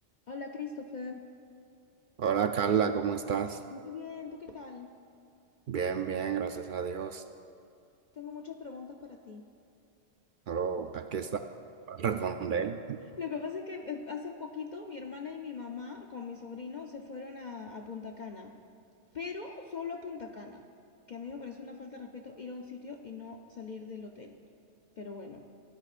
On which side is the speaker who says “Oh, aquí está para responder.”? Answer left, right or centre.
Right